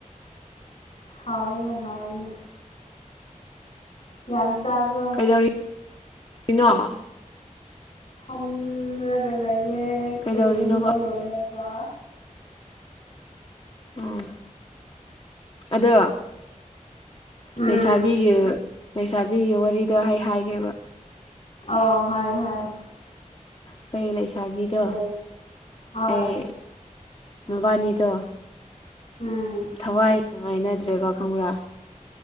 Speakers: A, on the left; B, on the left.
A: ꯍꯥꯎꯏꯅꯦ ꯍꯥꯎꯏꯅꯦ꯫ ꯌꯥꯝ ꯆꯥꯕ꯭ꯔꯣ꯫
B: <inaudible>
A: ꯐꯝꯂꯒ ꯂꯩꯌꯦ
B: ꯀꯩꯗꯧꯔꯤꯅꯣꯕ
A: ꯈꯨꯔꯨꯝꯕ ꯂꯣꯏꯔꯒ꯫
B: ꯑꯣ ꯑꯗꯣ
A: ꯎꯝ
B: ꯂꯩꯁꯥꯕꯤꯒꯤ ꯂꯩꯁꯥꯕꯤꯒꯤ ꯋꯥꯔꯤꯗ ꯍꯥꯏ ꯍꯥꯏꯒꯦꯕ
A: ꯑꯣ ꯍꯥꯏꯌꯨ ꯍꯥꯏꯌꯨ꯫
B: ꯑꯩꯈꯣꯏ ꯂꯩꯁꯥꯕꯤꯗꯣ
A: ꯀꯔꯤ ꯍꯣꯏ
B: ꯑꯩ ꯃꯕꯥꯅꯤꯗꯣ
A: ꯎꯝ꯫
B: ꯊꯋꯥꯏꯒ ꯅꯨꯉꯥꯏꯅꯗ꯭ꯔꯦꯕ ꯈꯪꯕ꯭ꯔꯥ꯫